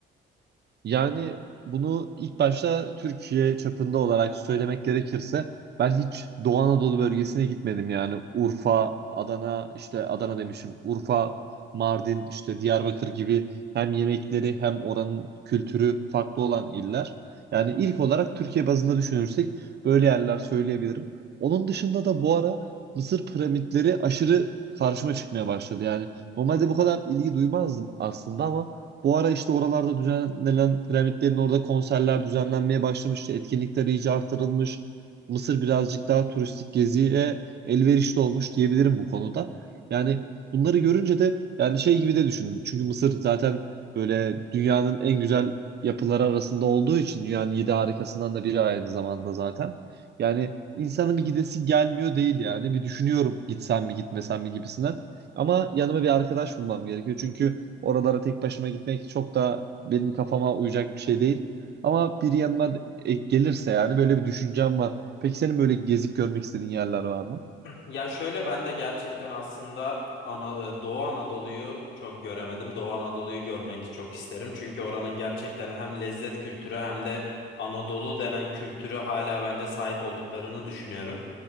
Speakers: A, on the right (about 55°); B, on the left (about 70°).
A: Yani bunu ilk başta Türkiye çapında olarak söylemek gerekirse ben hiç Doğu Anadolu bölgesine gitmedim. Yani Urfa, Adana, işte Adana demişim. Urfa, Mardin, işte Diyarbakır gibi hem yemekleri hem oranın kültürü farklı olan iller. Yani ilk olarak Türkiye bazında düşünürsek böyle yerler söyleyebilirim. Onun dışında da bu ara Mısır piramitleri aşırı karşıma çıkmaya başladı. Yani normalde bu kadar ilgi duymazdım aslında ama bu ara işte oralarda düzenlenen piramitlerin orada konserler düzenlenmeye başlamış. İşte Etkinlikler iyice artırılmış. Mısır birazcık daha turistik geziye elverişli olmuş diyebilirim bu konuda. Yani bunları görünce de yani şey gibi de düşündüm. Çünkü Mısır zaten böyle dünyanın en güzel yapıları arasında olduğu için dünyanın yedi harikasından da biri aynı zamanda zaten. Yani insanın bir gidesi gelmiyor değil yani. Bir düşünüyorum gitsem mi gitmesem mi gibisinden. Ama yanıma bir arkadaş bulmam gerekiyor. Çünkü Oralara tek başıma gitmek çok da benim kafama uyacak bir şey değil. Ama biri yanıma de- e, gelirse yani böyle bir düşüncem var. Peki senin böyle gezip görmek istediğin yerler var mı?
B: Ya şöyle ben de gerçekten aslında Ana- e, Doğu Anadolu'yu çok göremedim. Doğu Anadolu'yu görmek çok isterim. Çünkü oranın gerçekten hem lezzet kültürü hem de Anadolu denen kültürü hala bence sahip olduklarını düşünüyorum.